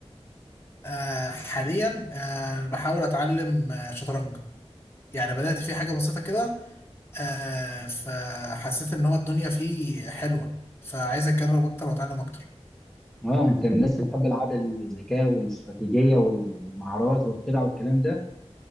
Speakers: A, on the left (about 20°); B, in the centre.
A: آه حاليا آه بحاول اتعلم آه شطرنج يعني بدات في حاجه بسيطه كده آه فحسيت ان هو الدنيا فيه حلوه فعايز اجرب اكتر واتعلم اكتر
B: اه انت من الناس اللي بتحب العاب الذكاء والاستراتيجيه والمهارات والخدع والكلام ده